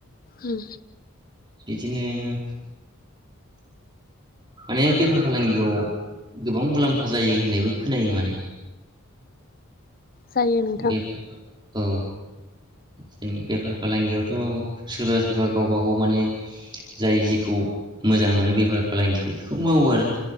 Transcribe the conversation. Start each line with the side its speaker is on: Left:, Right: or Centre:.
Left: उम
Right: बिदिनो उम माने बेफार फालांगियाव गोबां मुलाम्फा जायो होननायबो खोनायो माने
Left: जायो नोंथां
Right: बे औ जेन बेफार फालांगियावथ सोरबा सोरबा गावबा गाव माने जाय जिखौ मोजां मोनो बेफार फालांगिखौ बेखौ मावो आरो